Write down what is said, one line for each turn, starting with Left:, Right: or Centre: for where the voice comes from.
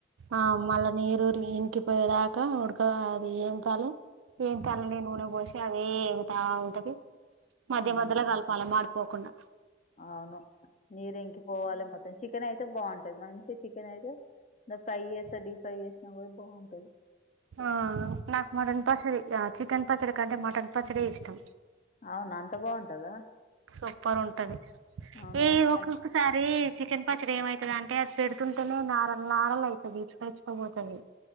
Right: ఆ మళ్ల నీరు టీ ఇంకిపోయేదాకా ఉడక అది ఏం తాలే ఏం తాలే నూనే పోసి అది తా ఉంటది మధ్య
Left: మ్మ్
Right: మధ్యలో కలపాల మాడిపోకుండా
Left: అవును నీరు ఇంకి పోవాలి మొత్తం చికెన్ అయితే బాగుంటది మంచి చికెన్ అయితే ను ఫ్రేయ్ చేస్తే డీప్ ఫ్రై చేసిన కూడా బాగుంటది
Right: ఆ నాకు మటన్ పచ్చడి చికెన్ పచ్చడి కంటే మటన్ పచ్చడే ఇష్టం
Left: అవునా అంత బాగుంటదా
Right: సూపర్ ఉంటది
Left: అవునా
Right: ఈ ఒక్కొక్కసారి
Left: అయి-
Right: చికెన్ పచ్చడి ఏమయితాది అంటే అది పెడు తుంటేనే నారల్ నారల్ అయితది ఇచ్చుకఇచ్చుక పోతది